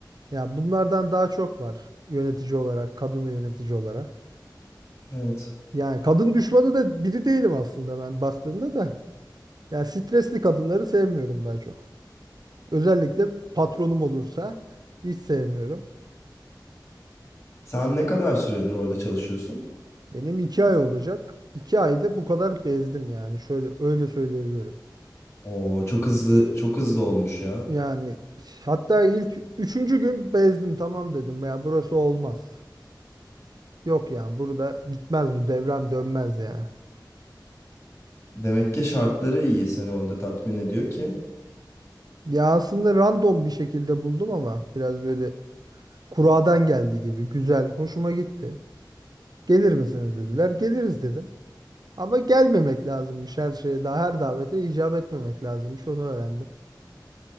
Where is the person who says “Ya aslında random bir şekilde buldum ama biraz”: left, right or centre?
Right